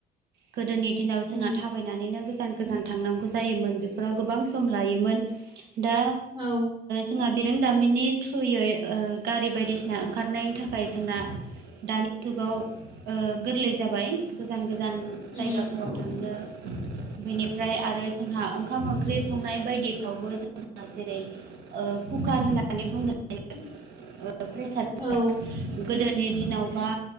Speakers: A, on the right; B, on the right.
A: गोदोनि दिनाव जोंहा
B: उम
A: थाबायनानैनो गोजान गोजान थांनागौ जायोमोन बेफोराव गोबां सम लायोमोन दा
B: औ
A: जोंना बिरोंदामिननि थ्रुयै गारि बायदिसिना ओंखारनायनि थाखाय जोंना दानि जुगाव गोरलै जाबाय गोजान गोजान
B: उम
A: जायगाफोराव थांनो बेनिफ्राय आरो जोंहा ओंखाम ओंख्रि संनाय बायदिफ्रावबो जोंना जेरै कुकार होननानै बुंनो हायो प्रेसार कुकार
B: औ
A: गोदोनि दिनावबा
B: उम